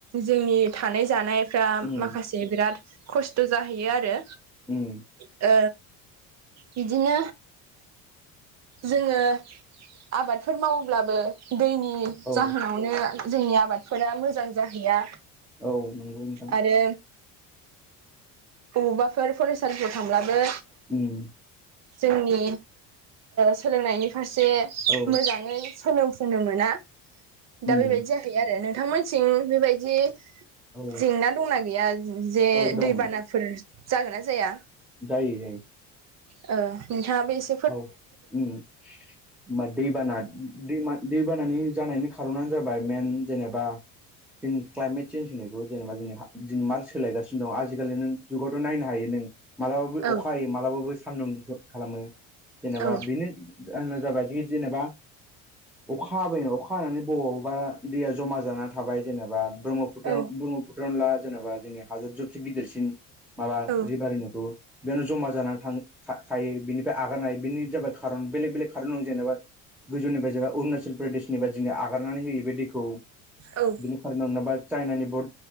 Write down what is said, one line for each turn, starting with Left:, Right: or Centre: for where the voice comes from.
Right: जोंनि थानाय जानाय फोरा
Centre: उम
Right: माखासे बिराद खस्थ' जाहैयो आरो।
Centre: उम।
Right: ओ बिदिनो जोंङो आबादफोर मावोब्लाबो दैनि जाहोनावनो
Centre: औ
Right: जोंनि आबादफोरा मोजां जाहैया।
Centre: औ नंगौ नोंथां।
Right: आरो बबावबाफोर फरायसालिफ्राव थांब्लाबो
Centre: उम
Right: जोंनि सोलोंनायनि फारसे
Centre: औ
Right: मोजां सोलों फुनो मोना
Centre: उम
Right: दा बेबायदि जाहै यो आरो नोंथांमोनसिं बेबायदि
Centre: औ
Right: जेंना दंना गैया जे
Centre: औ दं
Right: दैबानाफोर जागोन ना जाया?
Centre: जायो जायो।
Right: नोंथांङा इसे
Centre: औ। उम।
Right: <inaudible>
Centre: होमबा दैबाना दैमा दैबानानि जानायनि खार'नानो जाबाय मेन जेनेबा जों क्लाइमेट चन्ज होनायखौ जेनेबा जोंनि जों मार्च सोलायानो दं आजिखालि नों जुगावथ' नायनो हायो नों मालाबाबो
Right: औ
Centre: अखा हायो मालाबाबो सान्दुं खालामो जेनेबा
Right: औ
Centre: बेनो होनना जाबाय जेनेबा अखा हाबायनो अखा हानानै बबावबा दैया जमा जानानै थाबाय जेनेबा ब्रह्मपु पुत्र
Right: औ
Centre: ब्रह्मपुत्र ला जेनेबा जोंनि हादर जुबसे गिदिरसिन माबा
Right: औ
Centre: रिभार होनायखौ बेयावनो जमा जानानै थां था-थायो बेनिफ्राय आगारनो हायो बेनि जाबाय खारन बेलेग बेलेग खारन दं जेनेबा गोजौनिफ्राय जोंनिया अरुणाचल प्रदेशनिफ्राय आगारनानै होयो बे दैखौ
Right: औ।
Centre: <unintelligible> चाइनानिबो